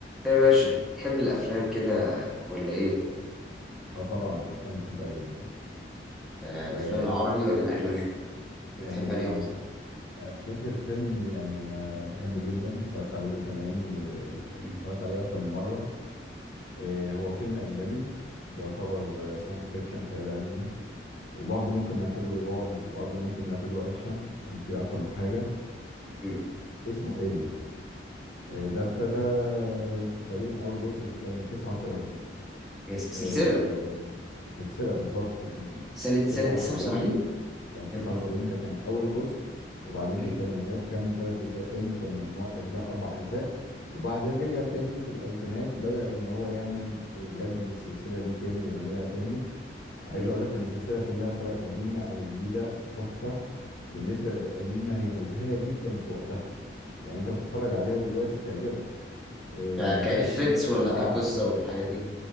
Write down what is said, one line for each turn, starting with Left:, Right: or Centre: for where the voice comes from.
Centre: ايه يا باشا تحب الافلام كده ولا ايه
Left: اه طبعا الافلام بحبها جدا
Centre: آه، الافلام
Left: آه
Centre: العربي ولا الاجنبي
Left: يعني
Centre: يعني بتحب انهي اكتر
Left: افتكر فيلم يعني انا بحبه جدا اتفرجت عليه من زمان واتفرجت
Centre: مم.
Left: عليه اكتر من مره آه هو فيلم اجنبي يعتبر ساينس فيكشن خيال علمي وبرضه ممكن نعتبره رعب وبرضه ممكن نعتبره اكشن يعني في اكتر من حاجه
Centre: مم.
Left: اسمه إيليان آه ده ابتدى
Centre: مم.
Left: تقريبا اول جزء سنه 79
Centre: هي س- سلسله
Left: آه سلسله بالظبط يعني
Centre: سنه
Left: 79
Centre: سنه 79
Left: يعني 79
Centre: يا نهار ابيض
Left: ده كان أول جزء وبعدين
Centre: مم.
Left: في الثمانينات كمل ثلاث أجزاء تاني كان مجموع الأجزاء أربع أجزاء وبعدين رجع تاني في الألفينات بدأ إن هو يعمل يجدد السلسلة دي تاني ويعملها تاني عايز
Centre: مم.
Left: أقول لك إن السلسلة كلها سواء القديمة أو الجديدة تحفة بالنسبة للقديمة هي مبهرة جدا في وقتها يعني أنت بتتفرج عليها دلوقتي بتعجبك إيه
Centre: ك-
Left: ما بالك
Centre: كافكتس
Left: إن هي
Centre: ولا
Left: آه
Centre: كقصه والحاجات دي